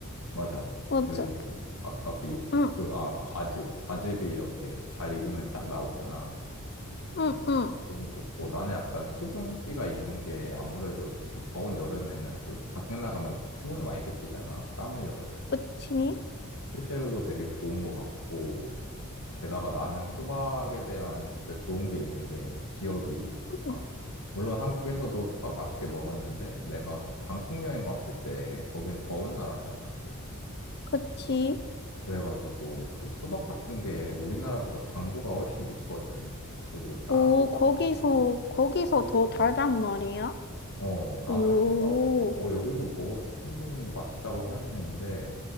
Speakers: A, on the left (about 85°); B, on the left (about 50°).
A: 맞아.
B: 맞아.
A: 그리고 아까 그 육,
B: 응,
A: 그, 아, 막 과즙, 과즙이 이렇게 잘 익으면 딱 나오잖아.
B: 응, 응.
A: 너무 좋고, 나는 약간 수분기가 있는 게 아무래도 특히 더운 여름에는 또 밖에 나가면 수분을 많이 뺏기잖아. 땀 흘려가지고.
B: 그치?
A: 실제로도 되게 좋은 것 같고, 게다가 나는 수박에 대한 진짜 좋은 게 있는 게 기억이. 그러니까
B: 응,
A: 물론 한국에서도 수박 맛있게 먹었는데 내가 방콕 여행 갔을 때 거긴 더운 나라잖아.
B: 그치?
A: 그래가지고 그 수박 같은 게 우리나라보다 당도가 훨씬 높거든. 그리고 싸고.
B: 오, 거기서, 거기서 더 달단 말이야?
A: 어, 나는
B: 오.
A: 수박, 어, 여기서 먹어도 충분히 맛있다고 생각했는데,